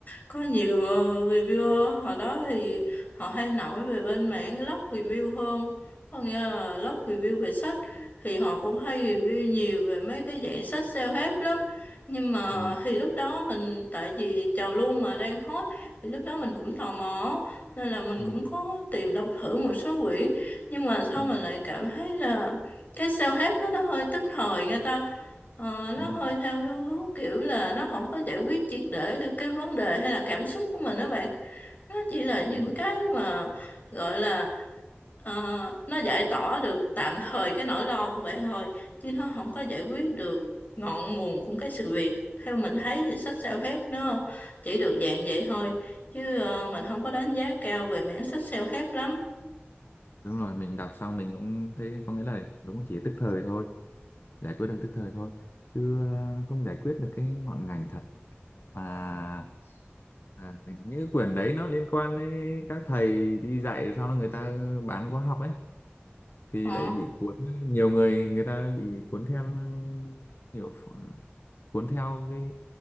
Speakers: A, on the left (about 40°); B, on the left (about 60°).
A: Có nhiều ờ, reviewer hồi đó thì họ hay nổi về bên mảng blog review hơn, có nghĩa là blog review về sách thì họ cũng hay review nhiều về mấy cái dạng sách self help lắm. Nhưng mà
B: ừ,
A: thì lúc đó mình tại vì trào lưu mà đang hot thì lúc đó mình cũng tò mò nên là mình
B: ừ,
A: cũng có tìm đọc thử một số quyển nhưng mà sau
B: ừ,
A: mình lại cảm thấy là cái sao hết đó, nó hơi tức thời nghe ta Ờ, nó
B: đúng
A: hơi
B: rồi
A: theo hướng hướng kiểu là nó không có giải quyết triệt để được cái vấn đề hay là cảm xúc của mình đó bạn nó chỉ là những
B: đúng rồi
A: cái mà gọi là ờ, nó giải tỏa được tạm thời cái nỗi lo của bạn thôi chứ nó không có giải quyết được ngọn nguồn của cái sự việc theo mình thấy thì sách sao hết nó chỉ được dạng vậy thôi chứ ờ, mình không có đánh giá cao về mảng sách sao hết lắm
B: đúng rồi mình đọc xong mình cũng thấy có nghĩa là đúng là chỉ tức thời thôi giải quyết được tức thời thôi chứ ờ, không giải quyết được cái ngọn ngành thật à, à những cái quyển đấy nó liên quan đến các thầy đi dạy sau đó người ta bán khóa học ấy thì
A: Ồ
B: lại bị cuốn nhiều người người ta bị cuốn theo kiểu ph- cuốn theo cái,